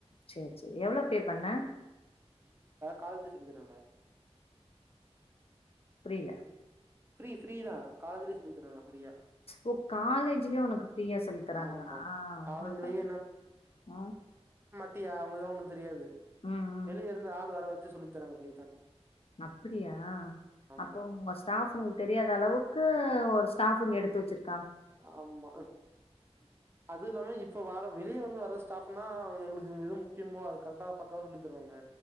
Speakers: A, on the left (about 60°); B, on the right (about 20°).
A: சேர் சேர் எவ்ளொ பே பண்ண
B: கால்லெந்து சொல்லி தராங்க
A: புரில
B: ஃப்ரீ ஃப்ரீதா காலஜுலே சொல்லி தராங்க ஃப்ரீயா
A: ஓ காலேஜுலே ஒனக்கு ஃப்ரீயா சொல்லி தராங்களா
B: ஆமா காலேஜ்லயே
A: அப்ப ம்
B: ட்டியா அவுங்கதா ஒன்னு தெரியாது
A: ம் ம்
B: வெளிய இருந்து ஆள் வர வச் சு சொல்லி தராங்க பைத்தான்
A: அப்புடியா
B: ஆமா
A: அப்போ உங்க ஸ்டாஃபு தெரியாத அளவுக்கு ஒரு ஸ்டாஃபுங்க எடுத்து வச்சிரு
B: ஆமா அதுல்லாம இப்ப வார வெளியே வந்து வர ஸ்டாஃபுன்னா எங்ளுக்கு எது முக்கியமோ அது கரெகட்டா பக்காவ சொல்லி தருவாங்க